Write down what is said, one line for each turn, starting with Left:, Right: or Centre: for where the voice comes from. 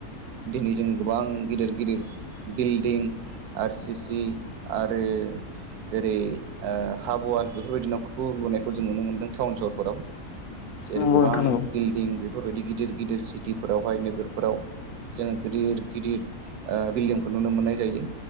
Right: दिनै जों गोबां गिदिर गिदिर बिल्डिं आर सि सि आरो बे जेरै हाब'वाल बेफोरबायदि न'फोरखौ लुनायखौ जों नुनो मोनदों टाउन सहरफोराव जेरै
Left: नंगौ
Right: गोबां
Left: नोंथां नंगौ
Right: बिल्डिं बेफोरबायदि गिदिर गिदिर सिटिं बेवहाय नोगोरफोराव जोङो गिदिर गिदिर ओ बिल्डिमखौ नुनो मोननाय जायो।